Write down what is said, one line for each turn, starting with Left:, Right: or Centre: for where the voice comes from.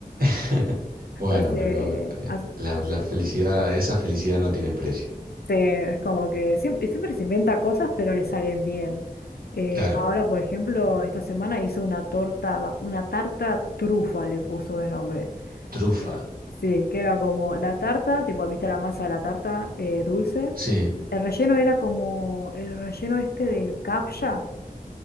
Right: <laughs>
Left: <laughs>
Right: Bueno,
Left: hace,
Right: pero eh,
Left: hace-
Right: la,
Left: hace-
Right: la felicidad, esa felicidad no tiene precio.
Left: se- es como que siempre, siempre se inventa cosas, pero le salen bien. Eh,
Right: Claro,
Left: ahora, por ejemplo, esta semana hizo una torta, va, una tarta trufa le puso de nombre.
Right: trufa.
Left: Era- Sí, que era como la tarta, tipo, viste la masa de la tarta eh, dulce.
Right: Sí.
Left: El relleno era como el relleno este del capcha.